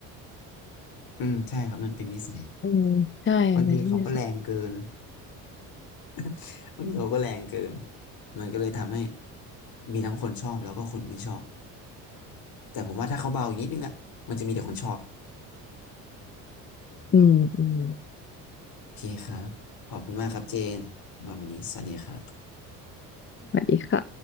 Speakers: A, on the left; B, on the left.
A: อืมใช่ครับมันเป็นนิสัย
B: อืมใช่ไม่ที่สั
A: บางทีเขาก็แรงเกิน <laughs> บางทีเขาก็แรงเกินมันก็เลยทำให้มีทั้งคนชอบแล้วก็คนไม่ชอบแต่ผมว่าถ้าเขาเบาอีกนิดนึงอ่ะมันจะมีแต่คนชอบ
B: อืมอืม
A: โอเคครับขอบคุณมากครับเจนสำหรับวันนี้สวัสดีครับ
B: สวัสดีค่ะ